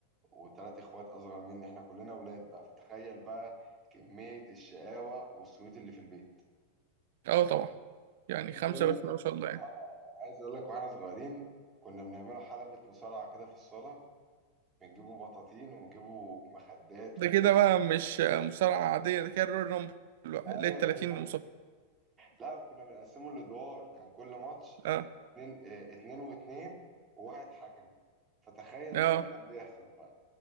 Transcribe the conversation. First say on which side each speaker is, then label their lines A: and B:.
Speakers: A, on the right (about 20°); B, on the right (about 55°).
A: وثلاث اخوات اصغر مني احنا كلنا اولاد بقى فتخيل بقى كمية الشقاوة والصوت اللي في البيت
B: اه طبعا يعني
A: عايز
B: خمسه
A: اقول
B: بس
A: لك
B: ما شاء الله يعني
A: اه عايز اقول لك واحنا صغيرين كنا بنعملها حلبة مصارعة كده في الصالة بنجيبوا بطاطين ونجيبوا مخدات
B: ده
A: و...
B: كده بقى مش مصارعة عادية ده كده الرويال رامبل بقى
A: ايوه
B: اللي هي ال
A: الراجل
B: 30
A: ده.
B: مصارع
A: لا وكنا بنقسمه لادوار كان كل ماتش
B: اه
A: اتنين اه، اتنين واتنين وواحد حكم فتخيل
B: اه
A: بقى اللي كان بيحصل بقى